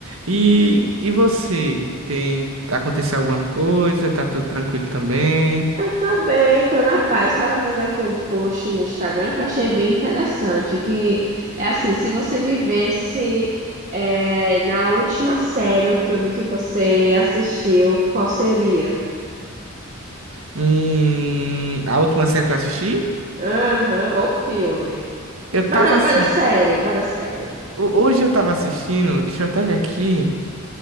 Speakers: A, on the right; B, on the right.
A: E, e você, tem aconteceu alguma coisa? Tá tudo tranquilo também?
B: Eu tô bem, tô na paz. Estava vendo aqui um post no Instagram que eu achei bem interessante, que é assim, se você vivesse é, na última série ou filme que você assistiu, qual seria?
A: Hum, a última série que eu assisti,
B: Aham, ou filme.
A: eu tava
B: Bora,
A: assistindo,
B: bora série, bora série.
A: hoje eu tava assistindo, deixa eu até ver aqui.